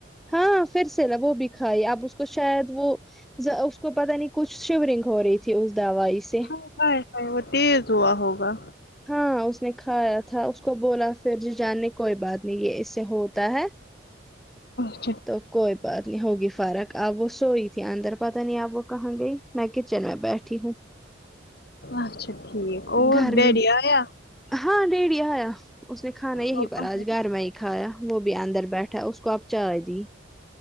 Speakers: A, in the centre; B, on the left.
A: ہاں پھر سے وہ بھی کھائی آپ اس کو شاید وہ اس کو پتہ نہیں کچھ شیو رنگ ہو رہی تھی اس دوائی سے
B: ہائے وہ تیز ہوا ہوگا
A: ہاں اس نے کھایا تھا اس کو بولا پھر جاننے کوئی بات نہیں ہے اس سے ہوتا ہے
B: ا
A: تو کوئی بات نہیں ہوگی فارق آپ وہ سوئی تھی اندر پتہ نہیں اب وہ کہاں گئی میں کچن میں بیٹھی ہوں
B: اچھا ٹھیک اور
A: گرمی
B: ڈیڈی آیا
A: ہاں ڈیڑی آیا اس نے کھانا یہی
B: ہوگا
A: پر آج
B: ہے۔
A: گھر میں ہی کھایا وہ بھی اندر بیٹھا اس کو اب چائے دی